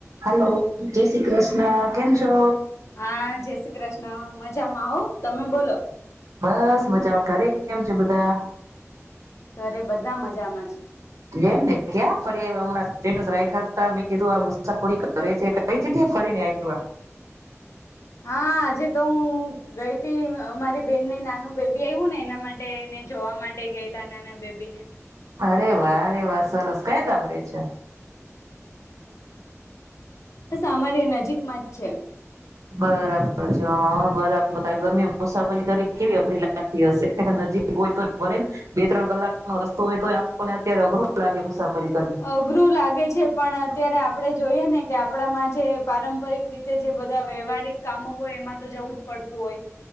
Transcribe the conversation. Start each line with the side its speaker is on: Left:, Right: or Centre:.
Right: Hello જય શ્રી કૃષણ ના કેમ છો
Left: હા જય શ્રી મજામાં હો, તમે બોલો
Right: બસ મજામાં ઘરે કેમ છે બધા
Left: ઘરે બધા મજામાંજ
Right: એમ ને ક્યાં ફરી આવ્યા હમણાં સ્ટેટસ રાખ્યા હતા મેં કીધું આ મુસાફરી કરે છે કઈ જગ્યા ફરી ને આવ્યા
Left: હા, આજે તો હું ગઈ તી, અમારી બેન ને નાનું બેબી આવ્યું ને એના માટેને જોવા માટે ગયેલા નાના બેબી ને
Right: અરે વા અરે વા સરસ કયા ગામડે છે
Left: બસ અમારી નજીકમાં જ છે
Right: બરાબર છે, હ, બરાબર ગરમી મુસાફરી કરી કેવી અઘરી લાગતી હશે નજીક હોય તો ભલેને બે, ત્રણ કલાકનો રસ્તો હોય તોને અત્યારે અઘરો જ લાગે મુસાફરી કરવી
Left: અઘરું લાગે છે પણ અત્યારે આપડે જોઈએ ને કે આપણામાં જે પારંપરિક રીતે જે બધા વ્યવહારિક કામો હોય એમાં તો જવું જ પડતું હોય